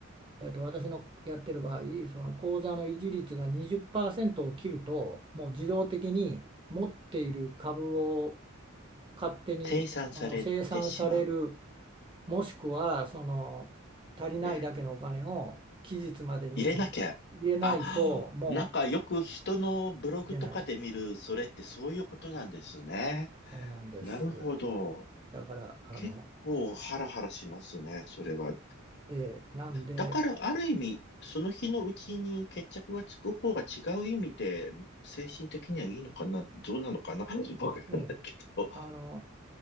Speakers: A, on the right; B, on the left.
A: えっと、私のやってる場合その口座の維持率が20%を切るともう自動的に持っている株を勝手にその清算される
B: 計算されてしまう。
A: もしくはその足りないだけのお金を期日までに入れないとも
B: ええ入れなきゃ。あ、なんかよく人のブログとかで見る、
A: ういけない。
B: それってそういうことなんですね。
A: そうなんです。
B: なるほど。
A: だから、あの、
B: 結構ハラハラしますね、それは。
A: ええ、なんで、
B: だからある意味、その日のうちに決着がつく方が違う意味で、精神的にはいいのかな、どうなのかな、<laughs> わから
A: ええ、
B: ないけど、
A: あの、